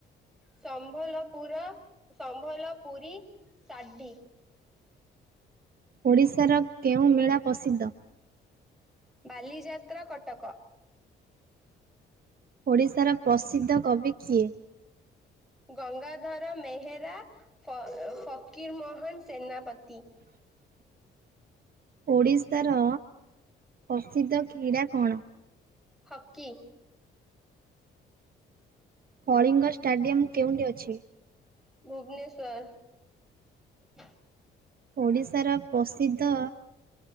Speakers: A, in the centre; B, on the right (about 50°).
A: ସମ୍ବଲପୁର ସମ୍ବଲପୁରୀ ସାଢୀ।
B: ଓଡ଼ିଶାର କେଉଁ ମେଳା ପ୍ରସିଦ୍ଧ?
A: ବାଲିଯାତ୍ରା କଟକ।
B: ଓଡ଼ିଶାର ପ୍ରସିଦ୍ଧ କବି କିଏ?
A: ଗଙ୍ଗାଧର ମେହେରା ଫ ଫକୀର ମୋହନ ସେନାପତି।
B: <inaudible> ଓଡ଼ିଶାର ପ୍ରସିଦ୍ଧ କ୍ରୀଡ଼ା କଣ?
A: ହକି।
B: କଳିଙ୍ଗ ଷ୍ଟାଡିୟମ କେଉଠି ଅଛି?
A: ଭୁବନେଶ୍ୱର
B: ଓଡ଼ିଶାର ପ୍ରସିଦ୍ଧ